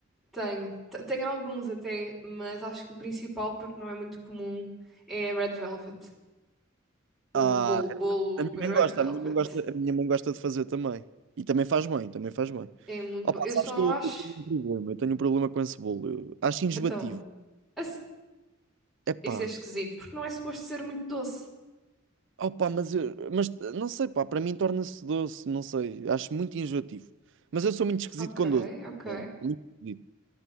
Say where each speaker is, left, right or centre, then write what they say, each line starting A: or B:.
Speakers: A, in the centre; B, on the right.
A: Tenho, T- tenho alguns até, mas acho que o principal, porque não é muito comum, é Red Velvet. O
B: Ah,
A: bolo, bolo
B: a minha mãe
A: Red
B: gosta,
A: Velvet.
B: a minha mãe gosta, a minha mãe gosta de fazer também. E também faz bem, também faz bem.
A: É muito
B: Opa,
A: bom. Eu
B: sabes
A: só
B: que eu,
A: acho.
B: eu tenho um problema, eu tenho um problema com esse bolo. Eu acho enjoativo.
A: Então, assim-
B: Epá,
A: isso é esquisito, porque não é suposto ser muito doce.
B: Opa, mas, eu, mas eh, não sei, pá, para mim torna-se doce, não sei, acho muito enjoativo. Mas eu sou muito esquisito
A: Ok,
B: com doce.
A: ok.
B: Não, muito esquisito.